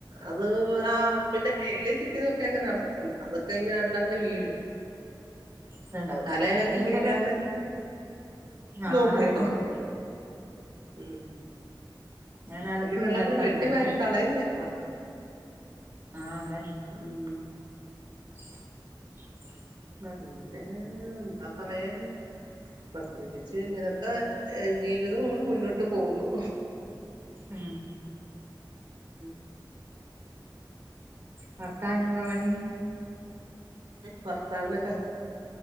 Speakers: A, on the right; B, on the right.
A: അത് ആ പിന്നെ മേളിൽ ചിക്കിതൊക്കെ അങ്ങ നട ഉം അതൊക്കെ ഇങ്ങനെ അടർന്ന് വീഴും
B: രസണ്ടാവും
A: തലയിലൊന്നും
B: ബീഫെല്ലാം
A: വീഴാതെ
B: ഇട്ട് ആഹ്
A: നോക്കിക്കോണം
B: അതന്നെ
A: ഉം
B: ഞാൻ അലക്കുന്ന
A: പിന്നെ ഇതെല്ലാകൂടെ
B: സ്ഥലത്തല്ല
A: വെട്ടിവാരി
B: ഉള്ളെ
A: കളയുന്ന പാട്
B: ആഹ് അതന്നെ
A: ഉം
B: <inaudible>
A: പിന്നെ എന്താ പറയാ ഞാൻ പ്രത്യേകിച്ച് ഇങ്ങനൊക്കെ ജീവിതം മ്മള് മുന്നോട്ട് പോകുന്നു
B: ആഹ്
A: ഉം
B: ഭർത്താവിനെന്ത പണി
A: ഭർത്താവിനൊക്കെ